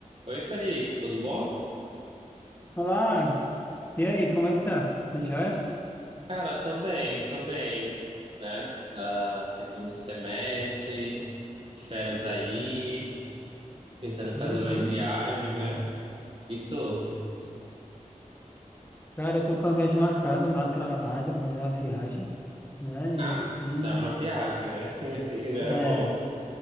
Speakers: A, on the right (about 45°); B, on the left (about 15°).
A: Oi, Felipe, tudo bom?
B: Olá, e aí, como é que tá? Tudo Jóia?
A: Cara, tô bem, tô bem, né? Ah, finzinho de semestre, férias aí, pensando em fazer
B: Uhum.
A: umas viagens, né? E tu?
B: Cara, eu tô com a viagem marcada, a trabalho, mas é uma viagem, né?
A: Ah,
B: E assim,
A: já é uma viagem, né? <laughs> Já é
B: é,
A: bom.